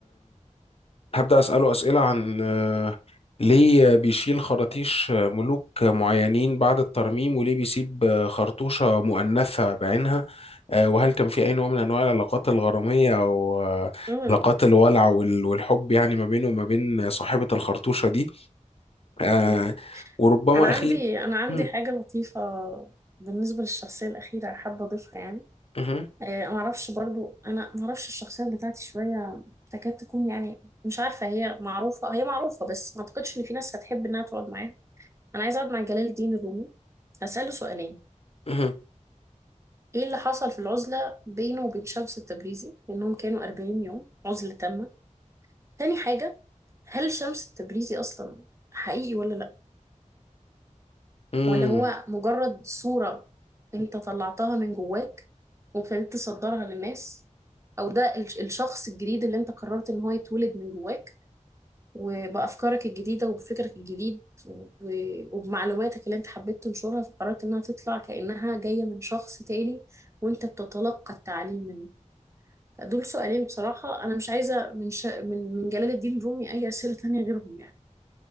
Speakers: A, on the left (about 50°); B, on the right (about 20°).
A: هبدأ أسأله أسئلة عن آه، ليه بيشيل خراطيش آه، ملوك معينين بعد الترميم وليه بيسيب آه، خرطوشة مؤنثة بعينها آه، وهل كان في أي نوع من أنواع العلاقات الغرامية أو آه،
B: مم.
A: علاقات الولع وال- والحب يعني ما بينه وما بين صاحبة الخرطوشة دي آه،
B: مم.
A: وربما
B: أنا عندي
A: أخير
B: أنا عندي
A: مم،
B: حاجة لطيفة بالنسبة للشخصية الأخيرة حابة أضيفها يعني
A: مهم،
B: آه، معرفش برضو انا معرفش الشخصيات بتاعتي شويه تكاد تكون يعني مش عارفه هي معروفه هي معروفه بس ما اعتقدش ان في ناس هتحب انها تقعد معاها انا عايزه اقعد مع جلال الدين الرومي هساله سؤالين
A: مهم،
B: ايه اللي حصل في العزله بينه وبين شمس التبريزي لانهم كانوا 40 يوم عزله تامه تاني حاجه هل شمس التبريزي اصلا حقيقي ولا لا
A: مم.
B: ولا هو مجرد صورة انت طلعتها من جواك وابتديت تصدرها للناس او ده الش- الشخص الجديد اللي انت قررت ان هو يتولد من جواك وبأفكارك الجديدة وبفكرك الجديد و- وبمعلوماتك اللي انت حبيت تنشرها فقررت انها تطلع كأنها جاية من شخص تاني وانت بتتلقى التعليم منه فدول سؤالين بصراحة انا مش عايزة من ش... من من جلال الدين الرومي اي أسئلة تانية غيرهم يعني